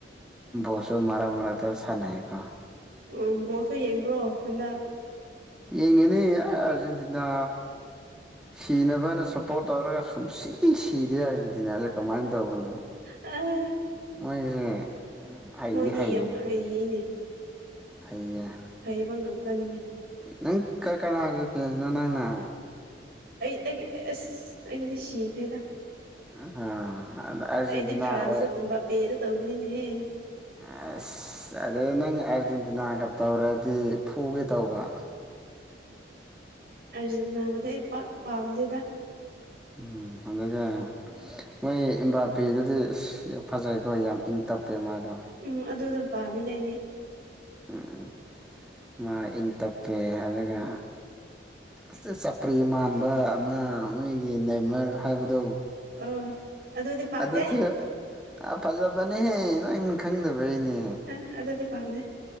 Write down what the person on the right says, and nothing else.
ꯎꯝ ꯕꯣꯁꯁꯨ ꯌꯦꯡꯕ꯭ꯔꯣ ꯍꯟꯗꯛ
ꯑꯥ
ꯃꯣꯏꯗꯤ
ꯌꯥꯝ ꯍꯩꯌꯦꯅꯦ
ꯍꯩꯕ ꯉꯥꯛꯇꯅꯤꯅꯦ
ꯑꯩ ꯑꯩ ꯑꯁ ꯑꯩꯒꯤꯗꯤ ꯁꯤꯈ꯭ꯔꯦꯗ
ꯑꯩꯗꯤ ꯐ꯭ꯔꯥꯟꯁꯇ
ꯕꯥꯄꯦꯗ ꯇꯧꯕꯅꯤꯅꯦꯍꯦ
ꯑꯥꯔꯖꯦꯟꯇꯤꯅꯥꯕꯨꯗꯤ ꯑꯩ ꯄꯥꯛ ꯄꯥꯝꯗꯦꯗ
ꯎꯝ ꯑꯗꯨꯅ ꯄꯥꯝꯃꯤꯅꯦ ꯑꯩꯗꯤ
ꯑꯥ ꯑꯗꯨꯗꯤ ꯄꯥꯝꯗꯦ
ꯑ ꯑꯗꯨꯗꯤ ꯄꯥꯝꯃꯦ